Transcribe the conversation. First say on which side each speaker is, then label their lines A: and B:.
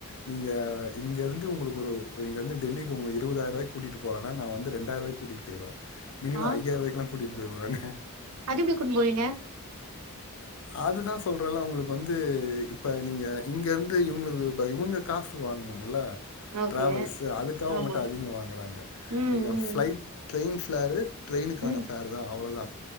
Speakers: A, on the left (about 70°); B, on the right (about 90°).
A: நீங்க இங்கிருந்து உங்களுக்கு ஒரு இங்கிருந்து டெல்லிக்கு உங்க இருவதாயிர ரூபாக்கு கூட்டிட்டு போறேன்னா நா வந்து ரெண்டாயிர ரூபாய்க்கு கூட்டிகிட்டு போயிருவே மினிமம்
B: ஆ
A: ஐய்யாரூவாய்களாம் கூட்டிட்டு போயிருவே நானு
B: அது எப்டி கூட்னு போவீங்க
A: அதுதா சொல்றேல அவுங்களுக்கு வந்து இப்ப நீங்க இங்க இருந் து இவுங்களுக்கு இப்ப இவுங்க காசு வாங்ணுமுல்ல
B: ஓகே
A: டிரவல்ஸ் அதுக்காக
B: ஆமா
A: மட்டு அதிகோ வாங்குறாங்க
B: ம்
A: நீங்க
B: ம்
A: ஃபிளைட் ட்ரைனு ஃபிளாரு ட்ரெயினுக்கான
B: ம்
A: ஃபார் தா அவ்ளவுதா